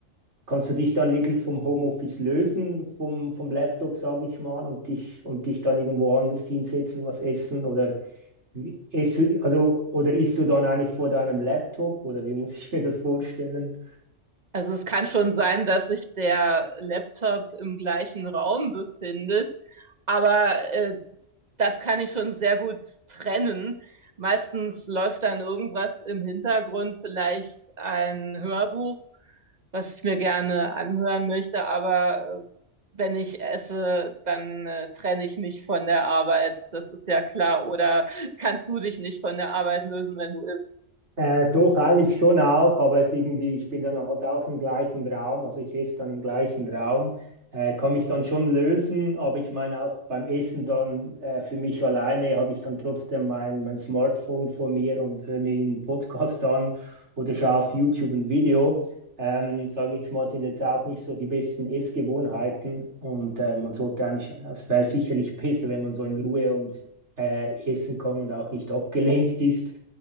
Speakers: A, on the right; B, on the right.
A: Kannst du dich dann wirklich vom Homeoffice lösen, vom, vom Laptop, sage ich mal, und dich, und dich dann irgendwo anders hinsetzen, was essen oder wie- isst du, also, oder isst du dann eigentlich vor deinem Laptop oder wie muss ich mir das vorstellen?
B: Also es kann schon sein, dass sich der Laptop im gleichen Raum befindet, aber äh, das kann ich schon sehr gut trennen. Meistens läuft dann irgendwas im Hintergrund, vielleicht ein Hörbuch, was ich mir gerne anhören möchte, aber äh, wenn ich esse, dann äh, trenne ich mich von der Arbeit. Das ist ja klar. Oder kannst du dich nicht von der Arbeit lösen, wenn du isst?
A: Äh, doch, eigentlich schon auch, aber es irgendwie, ich bin dann halt auch im gleichen Raum, also ich esse dann im gleichen Raum, äh, kann mich dann schon lösen, aber ich meine auch beim Essen dann äh, für mich alleine habe ich dann trotzdem mein, mein Smartphone vor mir und höre mir einen Podcast an oder schaue auf YouTube ein Video. Ähm, sage ich mal, sind jetzt auch nicht so die besten Essgewohnheiten und äh, man sollte eigentlich, es wäre sicherlich <laughs> besser, wenn man so in Ruhe und äh, essen kann und auch nicht abgelenkt ist